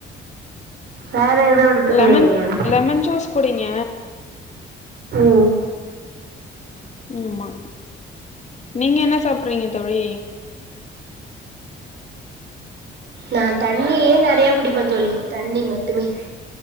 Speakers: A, on the right; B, on the left.
A: வேற எதுவு எடுத்துக்கலையா
B: லெமன்
A: நீங்க
B: லெமன் ஜூஸ் குடிங்க
A: உம்
B: ஆமா நீங்க என்ன சாப்பிறீங்க தோழி
A: நான் தண்ணியே நெறய குடிப்பே தோழி தண்ணி மட்டுமே